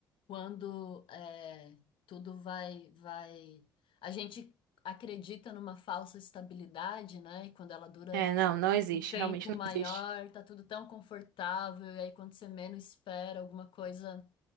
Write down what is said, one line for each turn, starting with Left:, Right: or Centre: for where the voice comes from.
Left: quando é, tudo vai, vai. A gente acredita numa falsa estabilidade, né? E quando ela dura
Right: É, não, não existe,
Left: um tempo
Right: realmente
Left: maior,
Right: não existe.
Left: tá tudo tão confortável, e aí quando você menos espera, alguma coisa